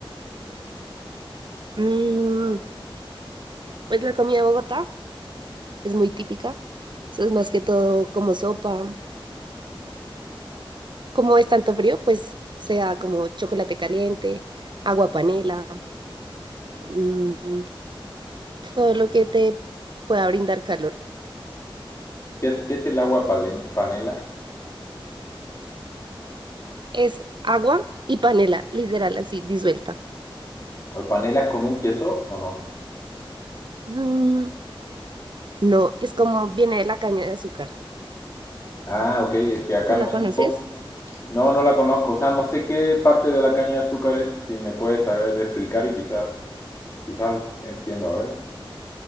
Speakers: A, on the right; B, on the left.
A: Mm, pues la comida de Bogotá es muy típica, eso es más que todo como sopa. Como es tanto frío, pues sea como chocolate caliente, agua panela, mm, todo lo que te pueda brindar calor.
B: ¿Qué es, qué es el agua palen- panela?
A: Es agua y panela, literal, así disuelta.
B: ¿El panela es como un queso o no?
A: Mm, no, es como viene de la caña de azúcar.
B: Ah, ok, es que acá
A: Si
B: en
A: la
B: México
A: conoces,
B: no, no la conozco, o sea, no sé qué parte de la caña de azúcar es, si me puedes saber explicar y quizás, quizás entiendo, a ver.